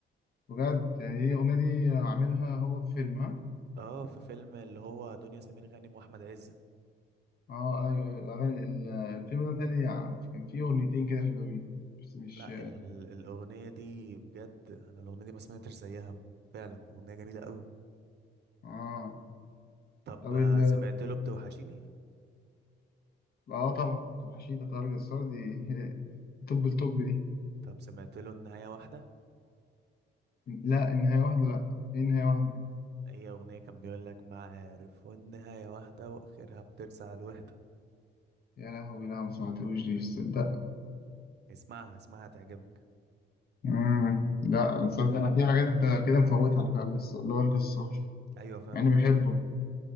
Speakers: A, on the left (about 50°); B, on the right (about 55°).
A: بجد يعني دي الأغنية دي عاملها هو في فيلم ها؟
B: اه في فيلم اللي هو دنيا سمير غانم وأحمد عز
A: آه أيوه أيوه الأغاني ال- الفيلم ده تاني يعني كان فيه أغنيتين كده حلوين بس مش
B: لا ال اه ال- الأغنية دي بجد أنا الأغنية دي ما سمعتش زيها فعلا أغنية جميلة قوي
A: آه
B: طب
A: طب
B: آه،
A: ال
B: سمعت له بتوحشيني
A: اه طبعا توحشيتا طارق جسار دي <laughs> توب التوب دي
B: طب سمعت له النهاية واحدة
A: لا النهاية واحدة لا ايه النهاية واحدة دي
B: أي أغنية كان بيقول لك معارف والنهاية واحدة وآخرها بترسى على الوحدة
A: يا لهوي لا ما سمعتوش دي تصدق
B: اسمعها اسمعها تعجبك
A: امم لا تصدق انا في حاجات كده مفوتها على فكرة بس اللي هو الجسار
B: أيوة فعلا
A: يعني بحبه